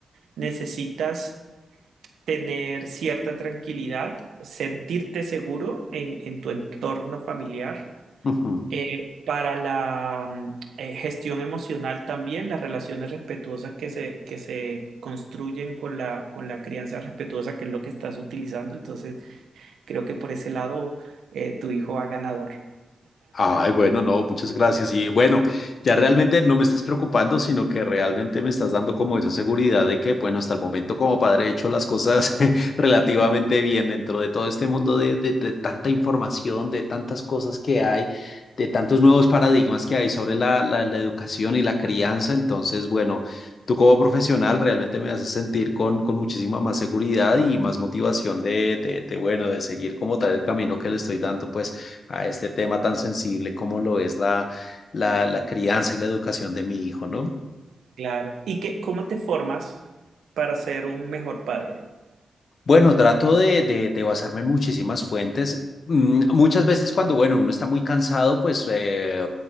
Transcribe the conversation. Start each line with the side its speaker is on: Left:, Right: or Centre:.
Right: necesitas tener cierta tranquilidad, sentirte seguro en, en tu entorno familiar
Left: ujú.
Right: eh, para la mm, eh, gestión emocional también, las relaciones respetuosas que se, que se construyen con la, con la crianza respetuosa, que es lo que estás utilizando. Entonces, creo que por ese lado eh, tu hijo va ganador.
Left: Ay, bueno, no, muchas gracias. Y bueno, ya realmente no me estás preocupando, sino que realmente me estás dando como esa seguridad de que, bueno, hasta el momento como padre he hecho las cosas <laughs> relativamente bien dentro de todo este mundo de, de- de tanta información, de tantas cosas que hay, de tantos nuevos paradigmas que hay sobre la, la, la educación y la crianza. Entonces, bueno, tú como profesional realmente me haces sentir con, con muchísima más seguridad y más motivación de, de, de, bueno, de seguir como tal el camino que le estoy dando, pues a este tema tan sensible como lo es la, la, la crianza y la educación de mi hijo, ¿no?
Right: Claro. ¿Y qué, cómo te formas para ser un mejor padre?
Left: Bueno, trato de, de, de basarme en muchísimas fuentes. Mm, Muchas veces cuando, bueno, uno está muy cansado, pues eh,